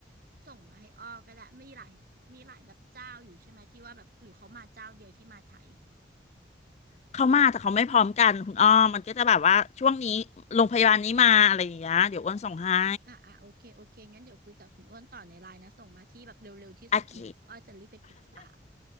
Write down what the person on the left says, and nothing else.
เขามาแต่เขาไม่พร้อมกันคุณอ้อมมันก็จะแบบว่าช่วงนี้โรงพยาบาลนี้มาอะไรอย่างเงี้ยเดี๋ยวอ้วนส่งให้
โอเค